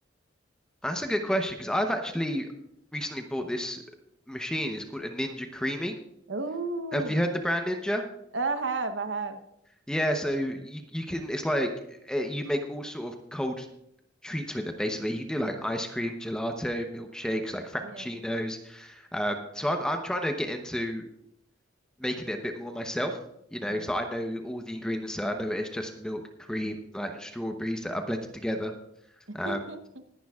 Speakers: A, in the centre; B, on the right.
A: That's a good question because I've actually recently bought this machine. It's called a Ninja Creamy.
B: Ooh,
A: Have you heard the brand Ninja?
B: I have, I have.
A: Yeah, so you you can it's like uh, you make all sort of cold treats with it basically. You can do like ice cream, gelato, milkshakes, like frappuccinos.
B: Yeah,
A: Um, so I'm I'm trying to get into making it a bit more myself, you know,
B: yeah.
A: so I know all the ingredients. So I know it's just milk, cream, like and strawberries that are blended together.
B: <laughs>
A: Um,